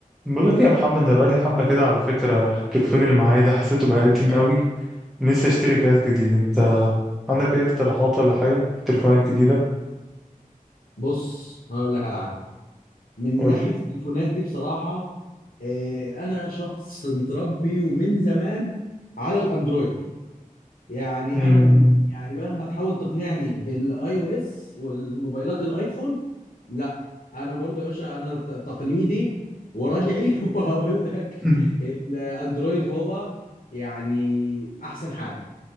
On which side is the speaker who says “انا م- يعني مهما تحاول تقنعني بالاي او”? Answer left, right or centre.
Left